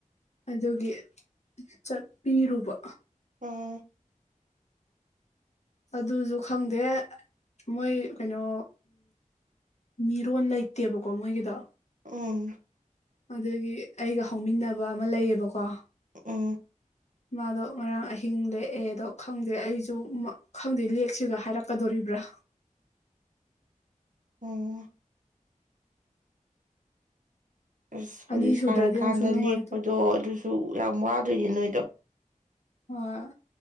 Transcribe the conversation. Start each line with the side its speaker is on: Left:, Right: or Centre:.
Left: ꯑꯗꯨꯒꯤ ꯆꯠꯄꯤꯔꯨꯕ
Right: ꯑ
Left: ꯑꯗꯨꯁꯨ ꯈꯪꯗꯦ ꯃꯣꯏ ꯀꯩꯅꯣ ꯃꯤꯔꯣꯟ ꯂꯩꯇꯦꯕꯀꯣ ꯃꯣꯏꯒꯤꯗ
Right: ꯎꯝ
Left: ꯑꯗꯨꯒꯤ ꯑꯩꯒ ꯍꯧꯃꯤꯟꯅꯕ ꯑꯃ ꯂꯩꯌꯦꯕꯀꯣ
Right: ꯎꯝ
Left: ꯃꯥꯗꯣ ꯉꯔꯥꯡ ꯑꯍꯤꯡ ꯂꯦꯛꯑꯦ ꯑꯗꯣ ꯈꯪꯗꯦ ꯑꯩꯁꯨ ꯈꯪꯗꯦ ꯂꯦꯛꯁꯤꯒ ꯍꯥꯏꯔꯛꯀꯗꯣꯔꯤꯕ ꯕ꯭ꯔ
Right: ꯎꯝ ꯑꯁ ꯍꯧꯖꯤꯛ
Left: ꯑꯅꯤ ꯁꯨꯗ꯭ꯔꯗꯤ
Right: ꯁꯥꯔꯀꯥꯟꯗ
Left: ꯑꯃꯨꯛꯁꯨ ꯅꯨꯡꯉꯥꯏꯇꯦ
Right: ꯂꯦꯛꯄꯗꯣ ꯑꯗꯨꯁꯨ ꯌꯥꯝ ꯋꯥꯗꯣꯏꯅꯦ ꯅꯣꯏꯗꯣ
Left: ꯑ